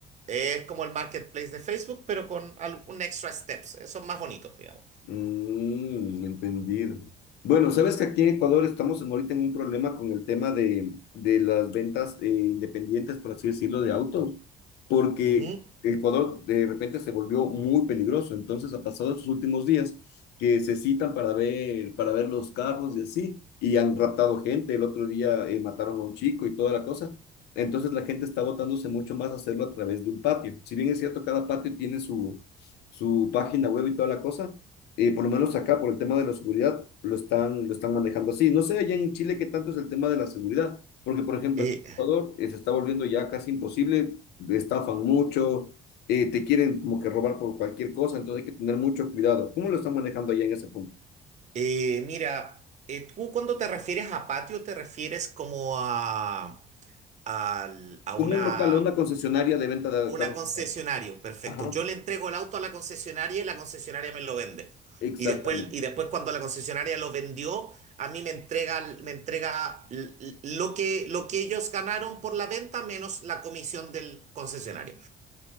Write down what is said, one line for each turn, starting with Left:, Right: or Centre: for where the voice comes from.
Right: Es como el marketplace de Facebook, pero con un extra steps. Eh, Son más bonitos, digamos.
Left: Mm, entendido. Bueno, sabes que aquí en Ecuador estamos en- ahorita en un problema con el tema de, de las ventas eh, independientes, por así decirlo, de autos, porque
Right: Ujú.
Left: Ecuador de repente se volvió muy peligroso. Entonces ha pasado estos últimos días que se citan para ver, para ver los carros y así, y han raptado gente. El otro día eh, mataron a un chico y toda la cosa. Entonces la gente está botándose mucho más a hacerlo a través de un patio. Si bien es cierto, cada patio tiene su, su página web y toda la cosa eh, por lo menos acá, por el tema de la seguridad, lo están, lo están manejando así. No sé allá en Chile qué tanto es el tema de la seguridad, porque por ejemplo
Right: Eh,
Left: aquí en Ecuador eh, se está volviendo ya casi imposible, estafan mucho, eh, te quieren como que robar por cualquier cosa, entonces hay que tener mucho cuidado. ¿Cómo lo están manejando allá en ese punto?
Right: eh, mira, eh, tú cuando te refieres a patio, te refieres como a, al- a una,
Left: Como un local, una concesionaria de venta de
Right: una
Left: carros
Right: concesionaria.
Left: usados.
Right: Perfecto.
Left: Ajá.
Right: Yo le entrego el auto a la concesionaria y la concesionaria me lo vende.
Left: Exactamente.
Right: Y después, y después cuando la concesionaria lo vendió, a mí me entrega, me entrega l- l- lo que, lo que ellos ganaron por la venta menos la comisión del concesionario.